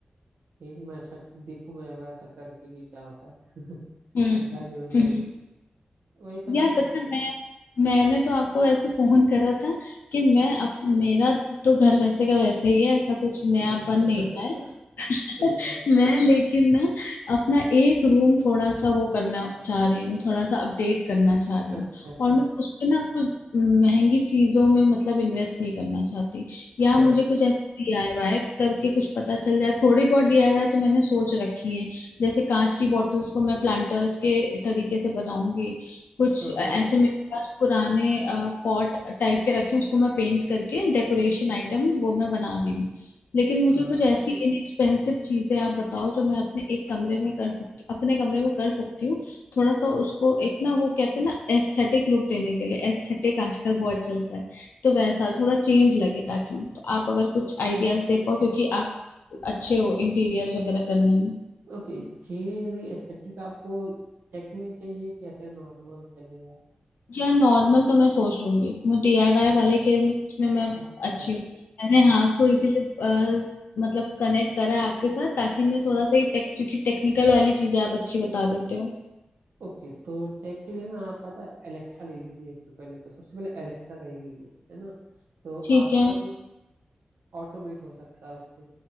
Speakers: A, on the right (about 90°); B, on the left (about 85°).
A: ठीक मैं अच्छा देखूंगा एक बार ऐसा करके कि क्या होता है <laughs>
B: हम्म
A: मैं ट्राई जरूर
B: हम्म।
A: करूंगा वही सब
B: यार
A: मैं सोच
B: पता है मैं मैंने तो आपको वैसे फोन करा था कि मैं अब मेरा तो घर वैसे का वैसे ही है ऐसा कुछ नया
A: रहा था
B: बन नहीं
A: अच्छा
B: रहा है
A: <laughs> ओके
B: <laughs> मैं लेकिन ना अपना एक रूम थोड़ा सा वो करना चाह रही हूँ थोड़ा सा अपडेट करना चाह रही हूँ
A: अच्छा अच्छा
B: और मैं
A: अच्छा
B: उस पे ना कुछ महंगी चीजों में मतलब इन्वेस्ट नहीं करना चाहती
A: हाँ
B: या मुझे कुछ ऐसे डीआईवाई करके कुछ पता चल जाए थोड़ी बहुत डीआईवाई तो मैंने सोच रखी है जैसे कांच की बॉटल्स को मैं प्लांटर्स के तरीके से बनाऊंगी कुछ
A: ओके
B: ऐसे मेरे पास पुराने पॉट टाइप के रखे हैं, उसको मैं पेंट करके डेकोरेशन आइटम वो मैं बना रही हूँ लेकिन
A: हाँ
B: मुझे कुछ ऐसी इनएक्सपेंसिव चीजें आप बताओ जो मैं अपने एक कमरे में कर सकती अपने कमरे में कर सकती हूँ थोड़ा सा उसको एक ना वो कहते हैं ना एस्थेटिक लुक देने के लिए एस्थेटिक आजकल बहुत चलता है तो वैसा थोड़ा चेंज लगे ताकि तो आप अगर कुछ आइडियाज दे पाओ क्योंकि आप अच्छे हो इंटीरियर्स वगैरह करने में
A: ओके जी एस्थेटिक आपको टेक में चाहिए कि ऐसे नॉर्मल चलेगा
B: यार नॉर्मल तो मैं सोच लूंगी मैं डीआईवाई
A: हाँ,
B: वाले के में में मैं
A: अच्छा अच्छा
B: अच्छी
A: अच्छा
B: हूँ मैंने हाँ आपको इसीलिए अ, मतलब कनेक्ट करा है आपके साथ ताकि मैं थोड़ा सा ही टेक क्योंकि टेक्निकल वाली चीजें आप अच्छी बता देते हो
A: ओके तो टेक के लिए ना आप पता है एलेक्सा ले लीजिए एक तो पहले तो सबसे पहले एलेक्सा का ही लीजिए है ना तो
B: ठीक
A: आपका
B: है हम्म,
A: रूम ऑटोमेट हो सकता है उससे